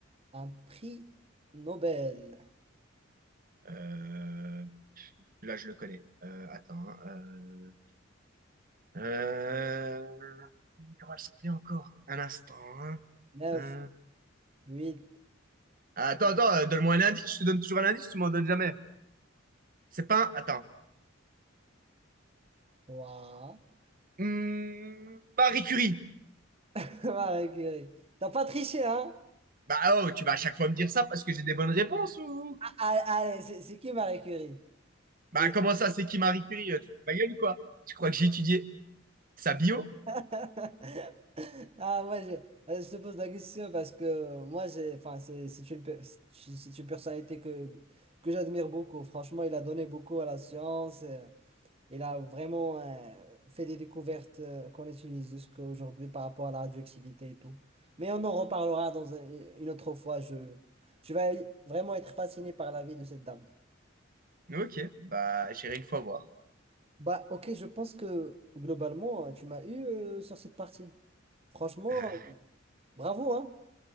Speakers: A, on the right; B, on the right.
A: un prix Nobel?
B: euh, là, je le connais. Euh, attends. hein, euh, euh, comment elle s'appelait encore? Un instant. hein.
A: Neuf,
B: Euh,
A: huit,
B: attends, attends, euh, donne-moi un indice. Je te donne toujours un indice, tu m'en donnes jamais. C'est pas un... Attends.
A: trois.
B: Hmm, Marie Curie.
A: <laughs> Marie Curie. T'as pas triché, hein?
B: Bah oh, tu vas à chaque fois me dire ça parce que j'ai des bonnes réponses ou...
A: Ah, ah, Allez, c'est c'est qui Marie Curie?
B: Bah
A: Elle,
B: comment ça, c'est qui Marie Curie? Euh, Tu te fous de ma gueule ou quoi? Tu crois que j'ai étudié sa bio?
A: <laughs> Ah, moi, je, euh, je te pose la question parce que euh, moi, j'ai, enfin, c'est c'est une, pe- c'est c'est une personnalité que, que j'admire beaucoup. Franchement, il a donné beaucoup à la science. euh, il a vraiment euh, fait des découvertes euh, qu'on utilise jusqu'à aujourd'hui par rapport à la radioactivité et tout. Mais on en reparlera dans un- une autre fois. Je, je vais vraiment être fasciné par la vie de cette dame.
B: Ok, bah j'irai une fois voir.
A: Bah, ok, je pense que globalement, hein, tu m'as eu euh, sur cette partie. Franchement,
B: <laughs>
A: bravo, hein?